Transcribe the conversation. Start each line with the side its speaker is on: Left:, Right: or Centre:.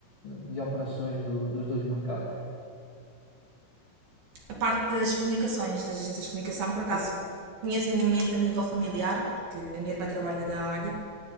Left: de operações do- dos dois mercados.
Right: a parte das comunicações, das agências de comunicação, por acaso
Left: Né?
Right: conheço minimamente a nível familiar, porque a minha irmã trabalha na área.